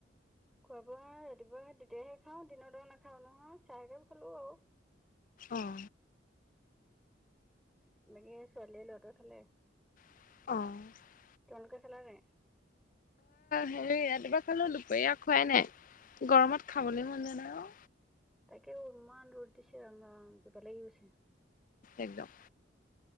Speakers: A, in the centre; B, on the left.
A: খোৱা বোৱা ৰাতিপুৱা তেতিয়াহে খাওঁ দিনৰ দ নাখাওঁ নহয় চাহকে খালো আৰু।
B: অঁ
A: বাকী ছোৱালীয়ে লৰাটোয়ে খালে
B: আহ
A: তোমালোকে খালা নাই?
B: হে ৰাতিপোৱা খালো দুপৰীয়া খোৱাই নাই গৰমত খাবলৈ মন যোৱা নাই অ
A: তাকে ইমান ৰ'দ দিছে ৰাম ৰাম কিবা লাগি গৈছে
B: একদম